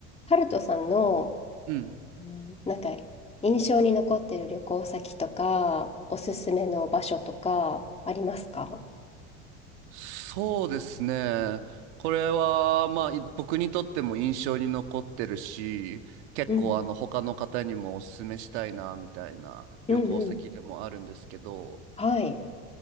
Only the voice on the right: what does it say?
うん。
そうですね。これは、まあ、い僕にとっても印象に残ってるし、結構、
あの、他の方にもお勧めしたいな、みたいな旅行先でもあるんですけど、